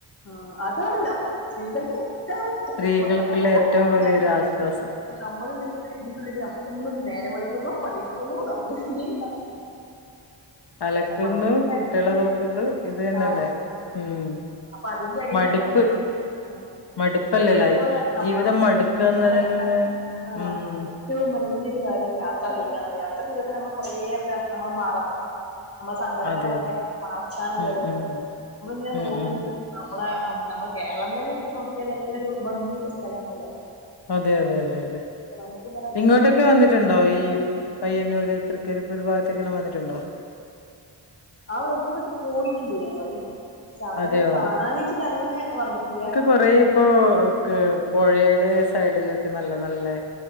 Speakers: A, on the left (about 30°); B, on the left (about 55°).
A: ആഹ് അതാണ് നം സ്ത്രീകൾക്ക് ഏറ്റവും
B: സ്ത്രീകൾക്കുള്ള
A: <unintelligible>
B: ഏറ്റവും വലിയൊരു ആശ്വാസം
A: ന്നമ്മള് ഇത്ങ്ങന്നെ ഇതിനുള്ളില് ന്നമ്മക്ക് ഇന്ന് ന്നേരം വെള്ക്കുന്നു പണിട്ക്കുന്നു ന്നമ്മൾനി
B: അലക്കുന്നു
A: അതിന്റെ
B: കുട്ടിയാളെ
A: അടിയില്
B: ന്നോക്കുന്നു ഇത് തെന്നെല്ലേ?
A: ആഹ്
B: ഉം
A: അപ്പൊ അതിന്റെ അടിയിൽ
B: മടുപ്പ്
A: നമ്മക്ക് ആഹ്
B: മടുപ്പല്ലെ
A: നമുക്ക് ഏറ്റവും
B: ലൈ
A: നല്ല
B: ജീവിതം
A: മനസ്സിന്
B: മടുക്ക
A: സമാധാനം
B: എന്നതിൽ
A: കിട്ടാൻ
B: നിന്ന്
A: ആഹ്
B: ഉം
A: ഏറ്റവും വല്ല്യൊരു കാര്യം യാത്ര ചെയ്യാന്നല്ലെ. യാത്ര ചെയ്യ്താ ന്നമ്മൾ കുറേയൊക്കെ ന്നമ്മള് മറക്കും. ന്നമ്മളെ സങ്കടങ്ങളൊക്കെ
B: അതെ അതെ
A: മറക്കാനുള്ളരു
B: ഉം ഉം
A: ന്നമ്മള് ഇങ്ങനെ
B: ഉം
A: നോക്കിന്നി
B: ഉം
A: ന്നമ്മളെ ഹ് ന്നമ്മള് കേരളം തന്നെ എടുത്തു നോക്കിയാല് അല്ലൊരു ഭംഗിള്ള സ്ഥലാണല്ലോ?
B: അതെ, അതെ, അതെ, അതെ
A: അപ്പൊ നമുക്കിങ്ങനെ
B: ഇങ്ങോട്ടൊക്കെ വന്നി ട്ടുണ്ടോ ഈ പയ്യന്നൂര് തൃക്കരിപ്പൂർ ഭാഗത്തേക്കെല്ലാം വന്നിട്ടുണ്ടോ
A: ആ വഴികുടൊക്കെ പോയിട്ടുണ്ട് ഞങ്ങള് ശെ അവടെങ്ങനെ
B: അതെയോ
A: കാണാന്ച്ചിട്ട് അങ്ങനെ വന്ന്ട്ടില്ല്യ
B: കൊറെ ഇപ്പോ ഒക്കെ പൊഴേടെ സൈഡിലൊക്കെ നല്ലെ നല്ലെ